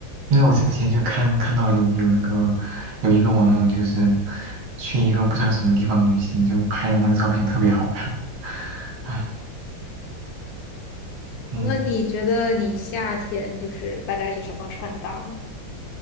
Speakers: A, on the right; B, on the left.
A: 因为我之前就看看到有有那个有一个网友就是去一个不知道什么地方旅行，就拍的那个照片特别好看。唉，嗯，
B: 那你觉得你夏天就是大概是什么穿搭呢